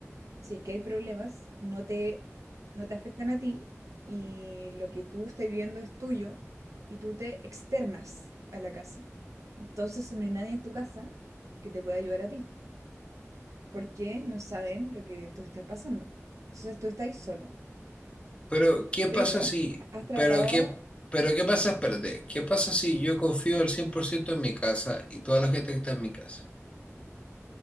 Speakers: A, on the right; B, on the left.
A: si es que hay problemas, no te, no te afectan a ti y lo que tú estás viviendo es tuyo y tú te externas a la casa. Entonces no hay nadie en tu casa que te pueda ayudar a ti. porque no saben lo que tú estás pasando. Entonces tú estás solo,
B: Pero ¿qué pasa
A: pero
B: si,
A: has tratado,
B: pero qué, pero qué pasa, espérate, qué pasa si yo confío al 100% en mi casa y toda la gente que está en mi casa?